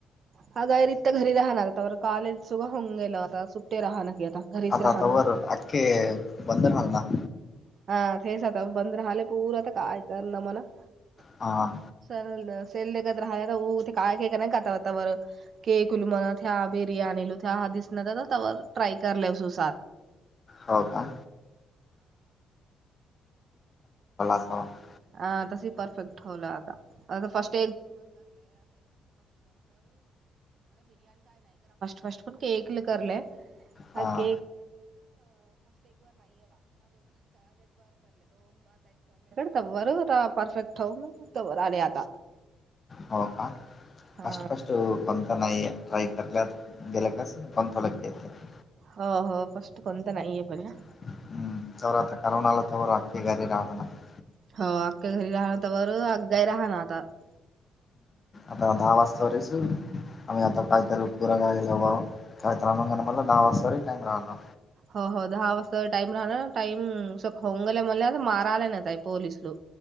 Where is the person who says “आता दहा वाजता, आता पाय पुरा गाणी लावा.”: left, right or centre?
Left